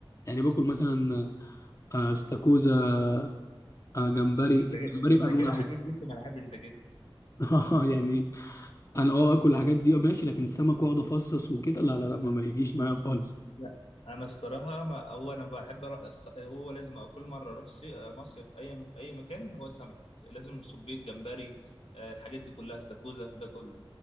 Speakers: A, on the left (about 35°); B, on the left (about 85°).
A: يعني باكل مثلا آه آه، استاكوزا آه جمبري
B: انت جا-
A: الجمبري
B: انت
A: بانواعه
B: كده حبيب جيت في ملعبي انت كده
A: <laughs> يعني انا اه اكل الحاجات دي ماشي لكن السمك واقعد افصص وكده لا لا لا ما ما يجيش معايا خالص
B: لا انا الصراحه ما هو انا بحب أر- الص- هو لازم أو كل مره اروح سي- مصيف اي في اي مكان هو سمك لازم صبيط جمبري آه، الحاجات دي كلها استاكوزا ده كله